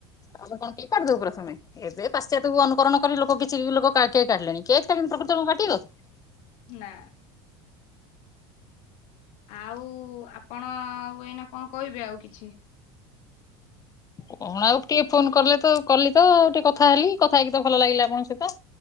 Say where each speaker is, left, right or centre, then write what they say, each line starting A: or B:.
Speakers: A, on the left; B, on the left.
A: ଆମେ କଣ କେକ କାଟିଦବୁ ପ୍ରଥମେ ଏବେ ପାଶ୍ଚାତ୍ୟ କୁ ଅନୁକରଣ କରି ଲୋକ କିଛି ଲୋକ କା କେକ କାଟିଲେଣି କେକ୍ ଟା କିନ୍ତୁ ପ୍ରକୃତରେ କଣ କାଟିିବା କଥା।
B: ନା। ଆଉ ଆପଣ ଉ ଏଇନା କଣ କହିବେ ଆଉ କିଛି?
A: କଣ ଆଉ ଟିକେ ଫୋନ କଲେ ତ କଲିତ ଆଉ ଟିକେ କଥା ହେଲି କଥା ହେଇକି ତ ଭଲ ଲାଗିଲା ଆପଣଙ୍କ ସହିତ।